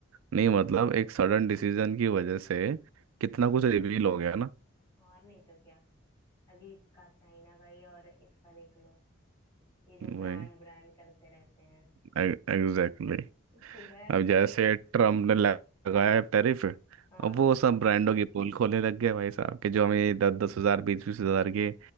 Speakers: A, on the right; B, on the left.
A: नहीं मतलब एक सडन डिसीजन की वजह से कितना कुछ रिवील हो गया ना
B: और नहीं तो क्या अभी इसका चाइना का ये और इसका देख लो ये जो
A: वही
B: ब्रांड ब्रांड करते रहते हैं
A: एग्जैक्टली
B: पूरा है
A: अब जैसे ट्रम्प ने लगाया है टैरिफ अब
B: हाँ
A: वो सब ब्रांडों के पोल खोलने लग गए भाई साहब
B: <laughs>
A: के जो हमें दस दस हजार बीस बीस हजार के